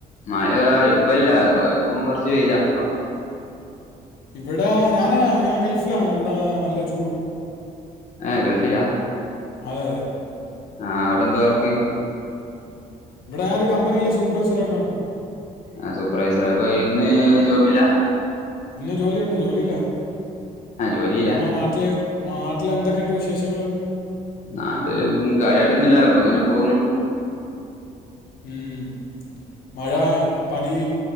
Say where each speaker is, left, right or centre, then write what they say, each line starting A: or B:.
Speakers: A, on the left; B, on the left.
A: മയാ ഇപ്പല്ല കൊ ഇപ്പം കുറച്ച് വെയിലാ.
B: ഇവിടെ ഞാന് ഞാൻ ഗൾഫിലാണ്. ഇവിടെ നല്ല ചൂടും
A: ഏാ ഗൾഫിലാ?
B: അതെ അതെ.
A: ആഹാ അവ്ടെന്താ വർക്ക്
B: ഇവടാര് കമ്പനിയില് സൂപ്പർവൈസർയായ്ട്ടാ.
A: അസൂപ്പർവൈസറാ അപ്പൊ ഇന്ന് ജോബില്ല?
B: ഇന്ന്ജോലിയുണ്ട്. ജോലിലാ
A: ആ ജോലിയില്ല
B: ഞങ്ങളെ നാട്ട്ല് നാട്ടില് എന്തൊക്കെണ്ട് വിശേഷങ്ങള്?
A: നാട്ടിലും കാര്യയിട്ടൊന്നുല്ല അപ്പൊ ഇങ്ങനെ പോവുന്നു.
B: മ്മ് മഴ പണി